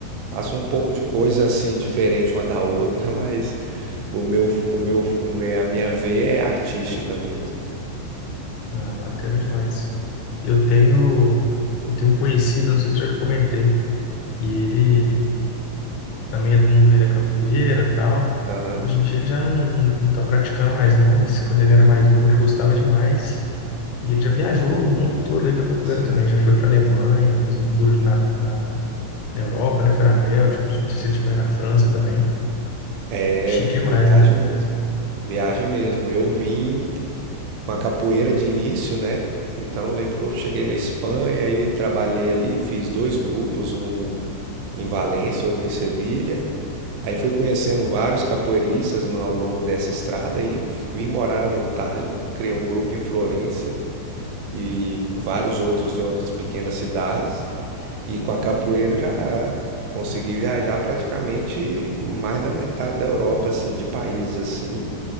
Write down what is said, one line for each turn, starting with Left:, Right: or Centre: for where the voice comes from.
Right: faço um pouco de coisa assim diferente uma da outra, <laughs> mas o meu, o meu, o me- a minha veia é artística mesmo.
Left: ah, bacana demais. Eu tenho, eu tenho um conhecido, não sei se já comentei, e ele também é do mundo aí da capoeira e tal.
Right: Aham,
Left: Hoje em dia ele já não, não tá praticando mais não, mas quando ele era mais novo ele gostava demais. E ele já viajou o mundo todo aí com a capoeira
Right: sim,
Left: também. Já foi para a Alemanha, fez um tour ali na, na, na Europa, né? Foi na Bélgica, não sei se ele chegou aí na França também.
Right: é
Left: Chique demais,
Right: viaja
Left: né?
Right: mesmo, viaja mesmo. Eu vim com a capoeira de início, né? Então eu lembro que eu cheguei na Espanha e trabalhei ali, fiz dois grupos, um em Valência, outra em Sevilha. Aí fui conhecendo vários capoeiristas ao longo dessa estrada e vim morar na Itália, criei um grupo em Florença e vários outros em outras pequenas cidades. E com a capoeira já consegui viajar praticamente mais da metade da Europa, assim, de países assim.